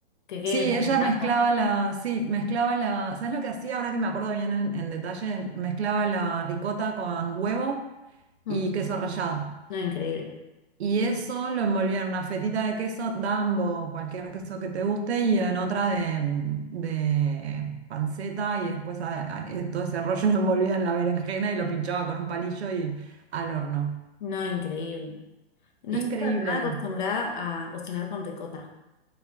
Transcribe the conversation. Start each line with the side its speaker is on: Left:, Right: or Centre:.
Left: Que quede
Right: Sí,
Left: gratinado.
Right: ella mezclaba la, sí, mezclaba la, ¿sabes lo que hacía? Ahora que me acuerdo bien en, en detalle, mezclaba la ricota con huevo
Left: Mm,
Right: y queso rallado.
Left: No, increíble.
Right: Y eso lo envolvía en una fetita de queso Dambo, cualquier queso que te guste, y en otra de, mm, de panceta, y después a- a- eh, todo ese rollo <laughs> lo envolvía en la berenjena y lo pinchaba con un palillo y al horno.
Left: No, increíble. No estoy
Right: Increíble.
Left: para nada acostumbrada a cocinar con ricota.